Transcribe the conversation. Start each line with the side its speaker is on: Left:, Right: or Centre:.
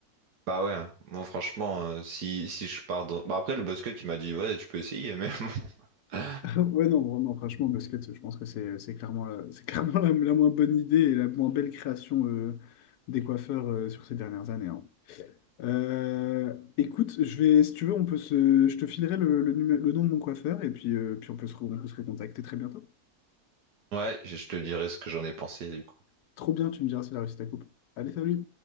Right: Bah ouais, hein. moi franchement, euh, si, si je pars dans... Bah après, le basket, il m'a dit, ouais, tu peux essayer, mais... <laughs> bon.
Left: <laughs> Ouais, non, vraiment, franchement, basket, je pense que c'est c'est clairement la, c'est clairement la, la moins bonne idée et la moins belle création euh, des coiffeurs euh, sur ces dernières années. hein. Euh, écoute, je vais, si tu veux, on peut se, je te filerai le, le, numé- le nom de mon coiffeur et puis, euh, puis on peut se, re- on peut se recontacter très bientôt.
Right: Ouais, je je te dirai ce que j'en ai pensé, du coup.
Left: Trop bien, tu me diras si la réussi à coupe. Allez, salut!